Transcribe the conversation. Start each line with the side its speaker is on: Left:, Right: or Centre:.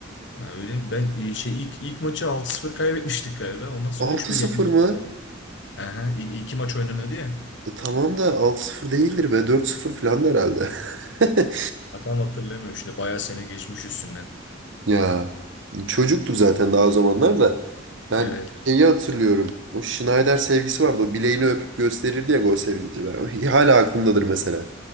Left: Ha, öyle mi? Ben e, şey ilk ilk maçı altı sıfır kaybetmiştik galiba. Ondan sonra
Right: altı
Left: üç bir
Right: sıfır
Left: yenmiştik
Right: mı?
Left: galiba. Aha, i- iki maç oynanıyordu ya.
Right: E, tamam da altı sıfır değildir be. 4-0 falan da herhalde. <laughs>
Left: Ha, tam hatırlamıyorum şimdi. Bayağı sene geçmiş üstünden.
Right: Ya çocuktuk zaten daha o zamanlar da. Ben
Left: Evet.
Right: şeyi hatırlıyorum. O Schneider sevgisi vardı. O bileğini öpüp gösterirdi ya gol sevinci. Ben, <laughs> hala aklımdadır mesela.